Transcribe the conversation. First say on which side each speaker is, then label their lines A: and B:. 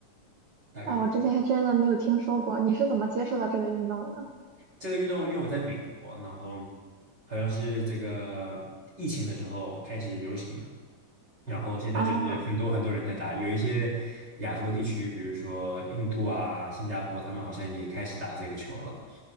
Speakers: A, on the right; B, on the right.
A: 大概就是
B: 啊，我之前还真的没有听说过，你是怎么接触到这个运动的呢？
A: 这个运动，因为我在美国，然后好像是这个疫情的时候开始流行的。然后现在就是很多很多人在打，
B: 啊，
A: 有一些亚洲地区，比如说印度啊、新加坡，他们好像也开始打这个球了。